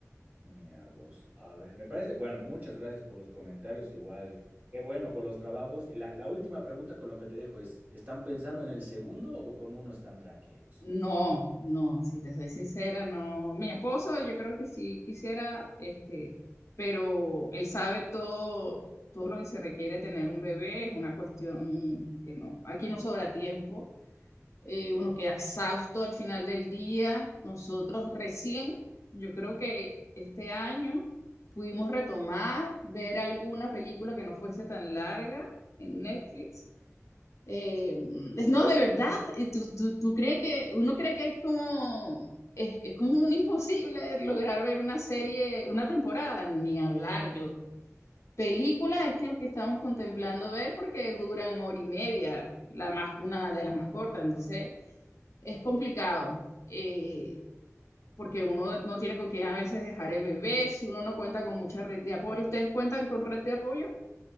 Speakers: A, on the right; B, on the left.
A: Mira vos, a ver, me parece, bueno, muchas gracias por los comentarios, igual, qué bueno por los trabajos. Y la, la última pregunta con lo que te dejo es, ¿están pensando en el segundo o con uno están tranquilos?
B: No, no, si te soy sincera, no. Mi esposo, yo creo que sí quisiera, este, pero él sabe todo, todo lo que se requiere tener un bebé, es una cuestión que no, aquí no sobra tiempo, eh, uno queda exhausto al final del día. Nosotros recién, yo creo que este año pudimos retomar, ver alguna película que no fuese tan larga en Netflix eh, no, de verdad, eh, ¿tú, tú, tú crees que uno cree que es como es, es como un imposible lograr ver una serie, una temporada, ni hablar yo. Películas es que los que estamos contemplando ver porque duran hora y media, la más, una de las más cortas, entonces es complicado, eh, porque uno no tiene con quién a veces dejar el bebé, si uno no cuenta con mucha red de apoyo. ¿Ustedes cuentan con red de apoyo?